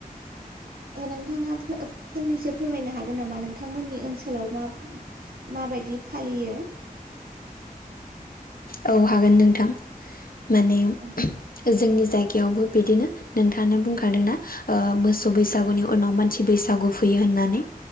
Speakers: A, on the right; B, on the left.
A: ओ नोंथाङा फंनैसो फोरमायनो हागोन नामा नोंथांमोननि ओनसोलाव मा मा बायदि फालियो।
B: औ हागोन नोंथां माने
A: औ
B: जोंनि जायगायावबो बिदिनो। नोंथाङानो बुंखादोंना मोसौ बैसागुनि उनाव मानसि बैसागु फैयो होननानै।